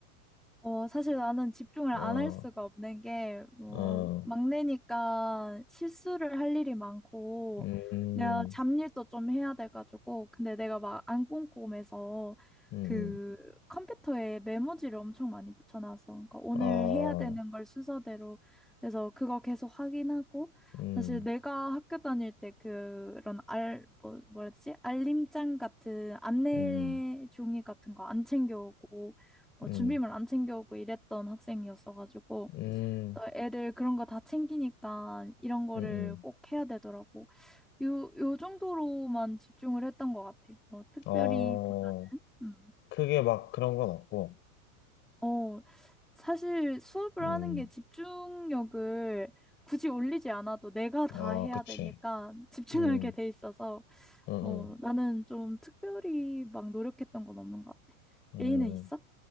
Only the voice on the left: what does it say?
어,
어,
음,
음,
음, 어,
음,
음,
음,
음,
음, 음,
어,
크게 막 그런 건 없고,
음,
아,
그치,
음,
음,
음.
음.